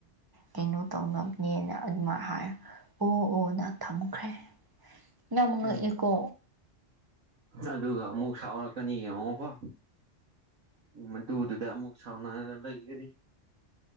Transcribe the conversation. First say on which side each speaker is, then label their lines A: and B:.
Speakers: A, on the right; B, on the right.
A: ꯀꯩꯅꯣ ꯇꯧꯅꯕꯅꯦꯅ ꯑꯗꯨꯃꯥꯏꯅ ꯍꯥꯏ ꯑꯣ ꯑꯣ ꯅ ꯊꯝꯈ꯭ꯔꯦ ꯌꯥꯝ ꯉꯛꯑꯦꯀꯣ
B: ꯎꯝ ꯑꯗꯨꯒ ꯑꯃꯨꯛ ꯁꯥꯎꯔꯛꯀꯅꯤ ꯌꯦꯡꯉꯣꯀꯣ ꯃꯇꯨꯗꯨꯗ ꯑꯃꯨꯛ ꯁꯥꯎꯅꯔ ꯂꯩꯒꯅꯤ